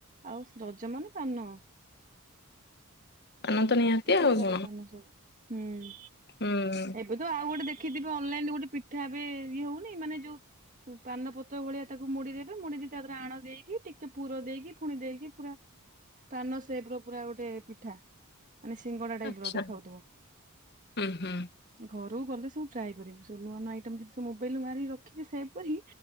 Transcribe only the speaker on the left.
ପାନ ତ ନିହାତି
ଆଉ କଣ
ହୁଁ
ଆଚ୍ଛା
ହୁଁ ହୁଁ